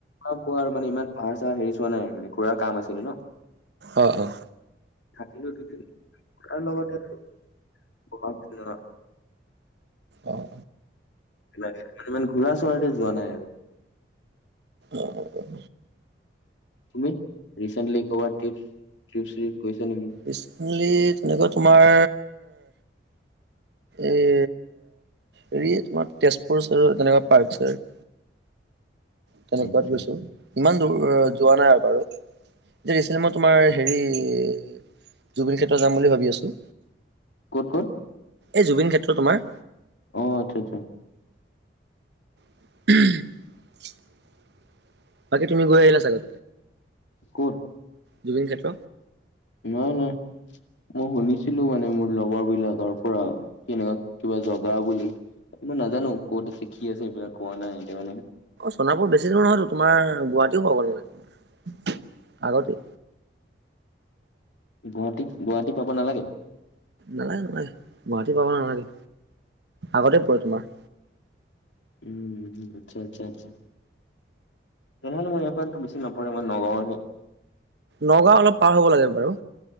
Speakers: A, on the left (about 80°); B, on the right (about 65°).
A: কাম কৰাৰ আৰু মানে ইমান পাহাৰ চাহাৰ হেৰি চোৱা নাই, খুৰাৰ কাম আছিলে ন'।
B: অঁ অঁ।
A: থাকিলো দুদিন, তাৰ লগতে থাকোঁ বুঢ়া হৈছে ন'।
B: অঁ।
A: লাগে মানে ইমান ঘূৰা চুৰাকে যোৱা নাই আৰু।
B: অ হব
A: তুমি ৰিচেণ্টলী কৰবাত ট্ৰিপ ট্ৰিপ চ্ৰিপ গৈছা নেকি
B: ৰিচেন্টলি তেনেকুৱা তোমাৰ এ হেৰি তোমাৰ তেজপুৰ চাইডত তেনেকুৱা পাৰ্ক চাৰ্ক তেনে
A: আচ্ছা
B: কত গৈছে ইমান যোৱা নাই আৰু বাৰু যে ৰিচেণ্ট মই তোমাৰ হেৰি এ জুবিন ক্ষেত্রত যাম বুলি ভাবি আছো।
A: ক'ত ক'ত?
B: এই জুবিন ক্ষেত্ৰ তোমাৰ।
A: অ আচ্ছা আচ্ছা
B: <unintelligible> বাকি তুমি গৈ আহিলা চাগে
A: কত
B: জুবিন ক্ষেত্র
A: নাহ নাহ মই শুনিছিলো মানে মোৰ লগৰ বিলাকৰ পৰা কেনেকুৱা কিবা জগা বুলি নাজানো কত আছে কি আছে সেবিলাক কোৱা নাই এতিয়া মানে
B: চণাপুৰ বেছি দূৰ নহয়তো তোমাৰ গুৱাহাটীও পাব গে নালাগে তোমাৰ আগতে
A: গুৱাহাটী গুৱাহাটী পাব নালাগে
B: নালাগে নালাগে গুৱাহাটী পাব নালাগে আগতে পৰে তোমাৰ
A: উম আচ্ছা আচ্ছা আচ্ছা তেনেহলে মই ইয়াৰ পৰা বেছি নপৰে মই নগাঁৱৰহে
B: নগাঁও অলপ পাৰ হ'ব লাগে বাৰু